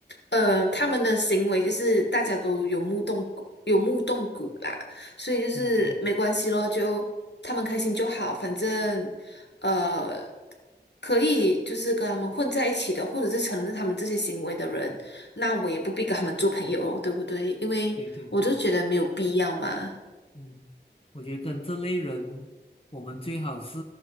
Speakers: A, on the left (about 70°); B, on the left (about 30°).
A: 嗯、他们的行为就是大家都有目共睹，有目共睹啦，所以就是没关系咯，
B: 嗯嗯，
A: 就他们开心就好，反正呃，可以就是跟他们混在一起的，或者是承认他们这些行为的人，那我也不必跟他们做朋友哦，对不对？因为我就觉得没有必要嘛。
B: 对对对。嗯，我觉得跟这类人，我们最好是